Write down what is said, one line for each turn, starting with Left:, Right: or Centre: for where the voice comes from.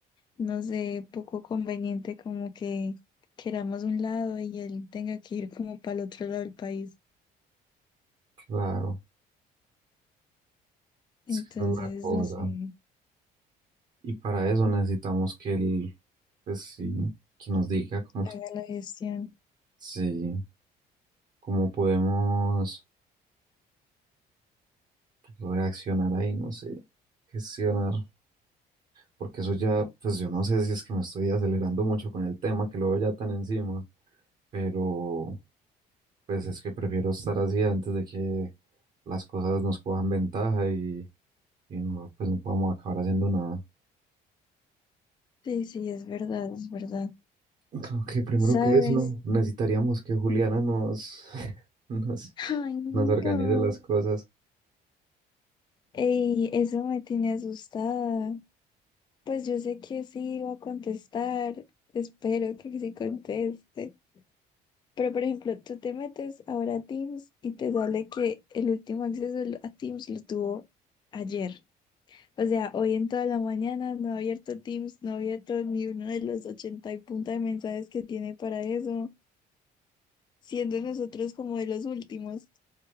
Left: no sé, poco conveniente como que queramos un lado y él tenga que ir como para el otro lado del país.
Right: Claro, es
Left: Entonces,
Right: que esa es la cosa.
Left: no sé,
Right: Y para eso necesitamos que él, pues sí, que nos diga cómo,
Left: haga la gestión.
Right: sí, cómo podemos reaccionar ahí, no sé, gestionar. Porque eso ya, pues yo no sé si es que me estoy acelerando mucho con el tema, que lo veo ya tan encima, pero Pues es que prefiero estar así antes de que las cosas nos cojan ventaja y, y no, pues no podamos acabar haciendo nada.
Left: Sí, sí, es verdad, es verdad.
Right: Creo que primero
Left: ¿Sabes?
Right: que eso, necesitaríamos que Juliana nos, <laughs> nos,
Left: Ay, no.
Right: nos organice las cosas.
Left: Ey, eso me tiene asustada. Pues yo sé que sí iba a contestar. Espero que sí conteste. Pero, por ejemplo, tú te metes ahora a Teams y te sale que el último acceso a Teams lo tuvo ayer. O sea, hoy en toda la mañana no he abierto Teams, no he abierto ni uno de los ochenta y punta de mensajes que tiene para eso, siendo nosotros como de los últimos